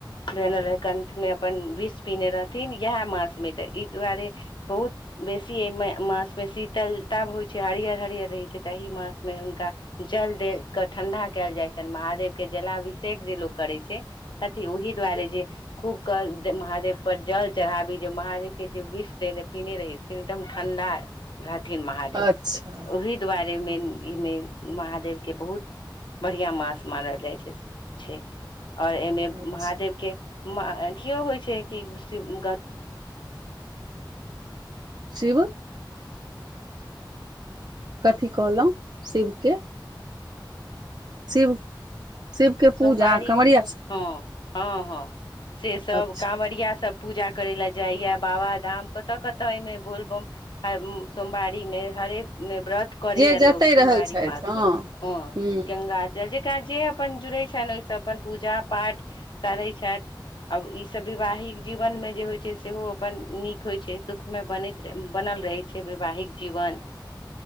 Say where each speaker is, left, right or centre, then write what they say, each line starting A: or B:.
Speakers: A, on the left (about 70°); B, on the right (about 55°).
A: भनल रहै कण्ठ में अपन विष पिहने रहथिन, इएह मास मे तऽ ई दुआरे बहुत बेसी एहि मासमेऊ शीतलता होइत छै, हरियर- हरियर रहैत छै, तऽ ए मास में हुनका जल दे के ठंडा कयल जाइ छनि, महादेव के जलाभिषेक जे लोकोग करै छै कथी ओहि दुआरे जे खूब क महादेव पर जल चढ़ाबी, जे महादेव के जे विष देने पिने रहीन एकदम ठण्डा रहथिन महादेव।
B: अच्छा
A: ओहि दुआरे मेन ईने महादेवके बहुत बढ़िया मास मानल जाइ छै- छै। ओर एहिमे
B: अच्छा
A: महादेव के अथियो होइ छै, कि शिव ग
B: शिव? कथी कहलहुँ? शिवके शिव शिवके पूजा
A: सोमवारी
B: कँवरिया
A: के, हँ- हँ- हँ से सब
B: अच्छा
A: कांवरिया सब पूजा करे लए जाइया बाबाधाम, कतऽ -कतऽ एहिमे बोलबम हर सोमवारी में हरेक मे व्रत करे
B: जे
A: या लोग
B: जतय
A: सोमवारी
B: रहै छथि
A: मास
B: हँ
A: मे, ह
B: हूँ
A: गंगा जल जेकरा जे अपन जुड़े छै। छैन अपन पूजा पाठ करै छैथ। अब ई सब विवाहिक जीवन में जे होय छै, सेहो अपन नीक होय छै सुख। मे बनैत बनल रहै छै वैवाहिक जीवन।